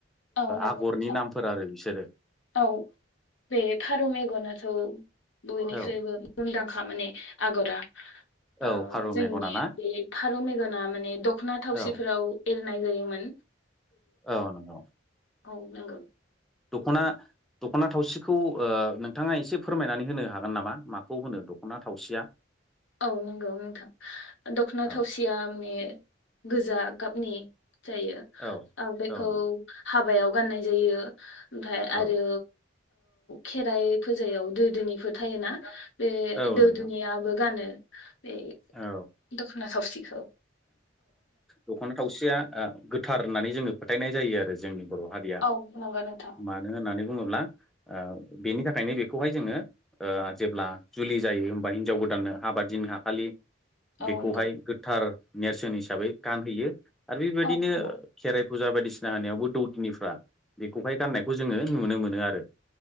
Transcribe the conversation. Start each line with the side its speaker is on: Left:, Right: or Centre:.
Left: औ नंगौ
Centre: आगरनि
Left: नोंथां
Centre: नामफोर आरो बिसोर
Left: औ बे फारौ मेगनाथ बयनिख्रुबो
Centre: औ
Left: मुंदांखा खा माने आगरा जोंनि
Centre: औ फारौ मेगना ना
Left: बे फारौ मेगना माने दखना थावसिफोराव
Centre: औ
Left: नाय जायोन
Centre: औ नंगौ
Left: औ नंगौ
Centre: <unintelligible> दखना थावसिखौ नोंथाङा एसे फोरमायनानै होनो हागोन नामा माखौ होनो दखना थावसिया?
Left: औ नंगौ नोंथां दखना
Centre: औ
Left: थावसिया माने गोजा गाबनि जायो
Centre: औ
Left: बेखौ
Centre: औ
Left: हाबायाव गाननाय जायो ओमफ्राय आरो
Centre: औ
Left: खेराइ फुजायाव गोदोनिफोर थायोना बे
Centre: औ
Left: दौदुनियाबो
Centre: नंगौ
Left: गानो बे
Centre: औ
Left: दखुना सावसिखौ
Centre: दखना थावसिया गोथार होननानै जोङो फोथायनाय जायो आरो जोंनि बर हारिया
Left: औ नंगौ नोंथां
Centre: मानो होननानै बुङोब्ला बेनि थाखायनो बेखौहाय जोङो जेब्ला जुलि जायो हबा हिनजाव गोदान गोदाननो हबा दिनो हाखालि
Left: औ
Centre: बेखौहाय
Left: नंगौ
Centre: गोथार नेरसोन हिसाबै गानहैयो आरो बेबायदिनो
Left: औ नंगौ
Centre: खेराइ फुजा बायदिसिना होनायावबो दौदिनिफ्रा बेखौहाय गाननायखौ जोङो नुनो मोनो आरो